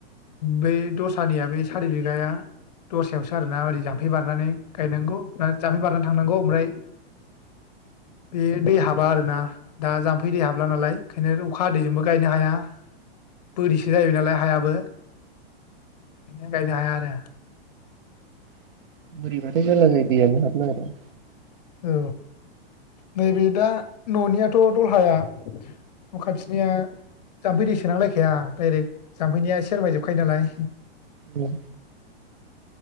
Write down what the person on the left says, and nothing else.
बे दसानिया बे सारि बिगाया दसायावसो आरो माबोरै जाम्फै बारनानै गायनांगौ जामफै बारनानै थांनांगौ ओमफ्राय बे दै हाबा आरोना दा जामफै दै हाबला नालाय ओखायनो अखा हदैजोंबो गायनो हाया बोरिसो जाहैबाय नालाय हायाबो बिदि गायनो हाया आरो
औ नैबे दा न'नियाथ' दलहाया न' खाथिनिया जाम्फै दै सोनांलायखाया डाइरेक्ट जामफैनिया सेरबाय जोब फायदालाय